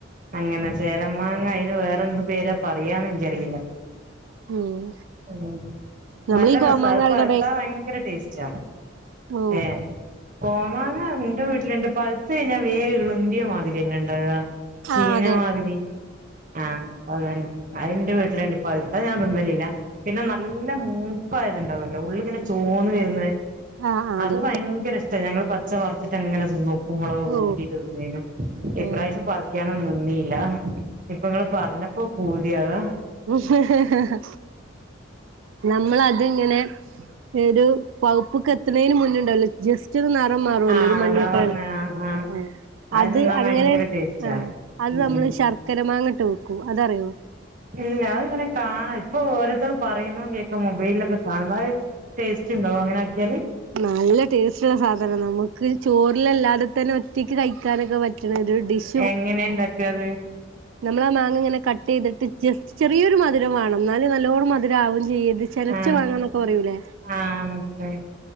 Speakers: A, on the right (about 40°); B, on the right (about 75°).
A: അങ്ങനെ ചേലമാങ്ങ അയിന് വേറെ എന്ത് പേരാ പറയാന്ന് എനിക്കറിയില്ല
B: ഉം
A: ഉ
B: നമ്മളീ
A: നല്ല
B: കോമാങ്ങ
A: രസാ അഹ്
B: പറയണ
A: പഴുത്താ ഭയങ്കര ടേസ്റ്റാ
B: ഓ
A: ഏ കോമാങ്ങ എൻ്റെ വീട്ടിലുണ്ട് പഴുത് കഴിഞ്ഞാൽ വേഗം ഇളുമ്പിയ മാതിരിയല്ലെ ഇണ്ടാവ ചീഞ്ഞ
B: ആഹ് അതെ
A: മാതിരി ആഹ് അ അതന്നെ അയിന്റെ വീട്ടിലുണ്ട് പഴുത ഞാൻ തിന്നലില്ല പിന്നെ നല്ല മൂ മൂപായത്ണ്ടാവല്ലോ ഉള്ള് ഇങ്ങനെ ചോന്ന് വരുന്നെ
B: ആഹ് ആഹ്
A: അത്
B: അതെ
A: ഭയങ്കര ഇഷ് ഞങ്ങൾ പച്ച പറിച്ചിട്ട് എങ്ങനെ തിന്നും ഉപ്പും മുളക്
B: ഓ
A: കൂട്ടിട്ട് തിന്നും ഇപ്പ്രാവശ്യം
B: ഓ
A: പറിക്കാ നന്നിയില്ല ഇപ്പ നിങ്ങള് പറഞ്ഞപ്പോ പൂതിയാകാ
B: ഹ് ഹ് ഹ്ഹ നമ്മൾ അത്ങ്ങനെ ഒരു പയുപ്പ്ക്ക് എത്തണേന് മുന്നുണ്ടല്ലോ ജസ്റ്റ് ഇച്ചിരു നിറം മാറുല്ലോ
A: ആഹ്
B: ഒരു മഞ്ഞ
A: അതാ
B: കളർ
A: പറഞ്ഞെ ആഹ് ആഹ്
B: ആ അത്
A: തിന്നാൻ
B: അങ്ങനെ
A: ഭയങ്കര ടേസ്റ്റാ
B: ആ അത്
A: ഉം
B: നമ്മള് ശർക്കര മാങ്ങട്ട് വെക്കൂ അതറിയോ
A: ഇല്ല അത് ഇങ്ങനെ കാണാം ഇപ്പൊ ഓരോരുത്തർ പറയുന്നതും കേക്കാം മൊബൈലിലൊക്കെ കാണണം അത് ടേസ്റ്റ് ഉണ്ടോ അങ്ങനെ ആക്കിയാല്
B: നല്ല ടേസ്റ്റുള്ള സാധന നമുക്ക് ചോറിൽ അല്ലാതെ തന്നെ ഒറ്റക്ക് കഴിക്കാനൊക്കെ പറ്റ്ണ ഒരു ഡിഷ്
A: എങ്ങനെയ ഇണ്ടാക്ക അത്
B: നമ്മൾ ആ മാങ്ങ ഇങ്ങനെ കട്ട് ചെയ്തിട്ട് ജസ്റ്റ് ചെറിയോരു മധുരം വാണം എന്നാല് നല്ലോണം മധുരം ആവും ചെയ്യര്ത് ചെനച്ച
A: ആഹ്
B: മാങ്ങാന്നൊക്കെ പറയൂലേ
A: ആഹ് മനസ്സിലായി